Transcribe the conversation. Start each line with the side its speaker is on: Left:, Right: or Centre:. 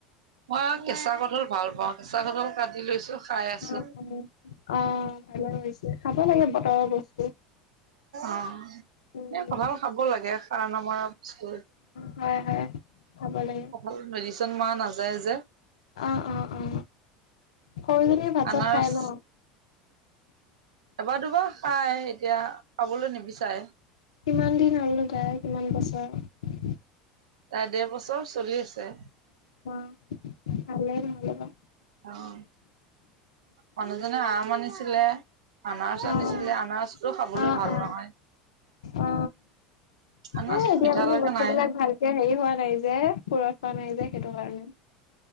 Right: অঁ কেঁচা কঠাল ভাল পাওঁ, কেঁচা কঠাল কাটি লৈছো খাই আছো।
Left: অঁ অঁ ভালে হৈছে খাব লাগে। বতৰৰ বস্তু।
Right: অঁ
Left: উম
Right: এ কঠাল খাব লাগে। কাৰণ আমাৰ
Left: হয় হয় খাব লাগে
Right: অকল মিছে <unintelligible> মা নাযায় যে
Left: আঁহ অঁ অঁ সৰুজনীয়ে ভাত
Right: আনাৰস
Left: চাত খাই ন।
Right: এবাৰ দুবাৰ খাই এতিয়া খাবলৈ নিবিচাৰে।
Left: কিমান দিন হ'ল দাদা কিমান বছৰ
Right: তাই দেৰ বছৰ চলি আছে
Left: <unintelligible> ভালে ন'হলে বা।
Right: অহ, মানুহজনে আম আনিছিলে আনাৰচ আনিছিলে,
Left: উম
Right: আনাৰচটো খাবলৈ
Left: অ
Right: ভাল
Left: অ
Right: নহয়।
Left: অ
Right: আনাৰসটো
Left: এ এতিয়া
Right: মিঠা
Left: মানে
Right: লগা
Left: বস্তুবিলাক
Right: নাই,
Left: ভালকে হেৰি হোৱা নাই যে পুৰঠ হোৱা নাই যে সেইটো কাৰণে।